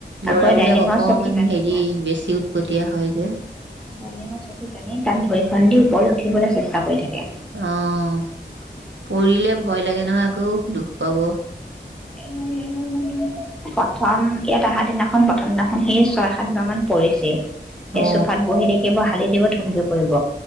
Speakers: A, on the right (about 80°); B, in the centre.
A: ল'ৰাবিলাক
B: আকৌ ডাইনিঙৰ
A: অকমান
B: চকী টানিব
A: হেৰি বেছি উৎপটিয়া হয়। যে
B: ডাইনিঙৰ চকী টানি তাত ধৰি ওপৰলৈ উঠিবলৈ চেষ্টা কৰি থাকে।
A: অহ পৰিলে ভয় লাগে নহ আকৌ দুখ হব
B: এহ প্ৰথম ইয়াত অহা দিনাখন প্ৰথম দিনাখন সেই ছয় সাত দিনা মান পৰিছে সেই
A: অ
B: চোফাত বহি থাকিব হালি দিব ধুমকে পৰিব